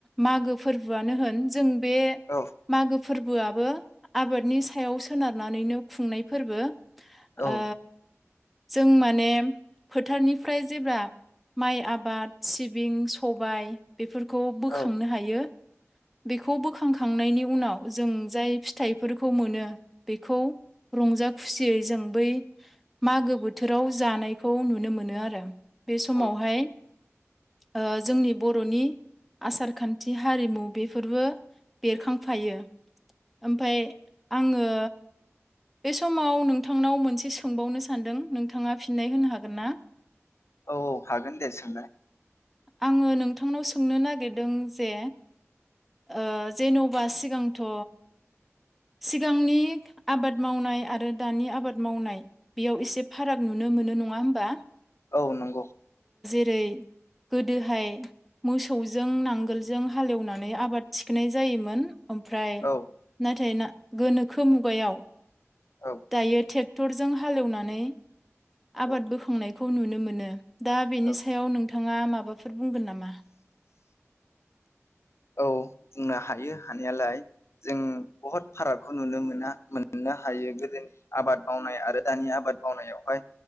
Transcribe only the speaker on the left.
औ
औ
औ
औ
औ औ हागोन दे सोंनाय।
औ नंगौ।
औ
औ
औ
औ
औ बुंनो हायो हानाययाालाय, जों बहुद फारागखौ नुनो मोना मोननो हायो गोदोनि आबाद मावनाय आरो दानि आबाद मावनायावहाय